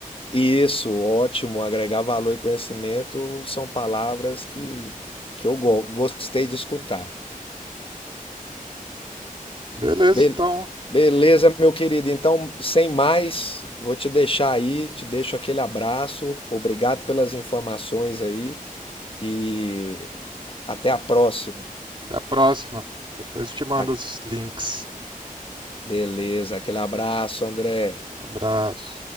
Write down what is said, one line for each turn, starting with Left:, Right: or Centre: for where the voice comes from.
Left: Isso, ótimo. Agregar valor e conhecimento são palavras que, que eu go- gostei de escutar.
Right: Beleza,
Left: Be-
Right: então,
Left: beleza, meu querido. Então, sem mais, vou te deixar aí, te deixo aquele abraço. Obrigado pelas informações aí e até a próxima.
Right: até a próxima. Depois te mando
Left: A-
Right: os links.
Left: Beleza, aquele abraço, André.
Right: Abraço.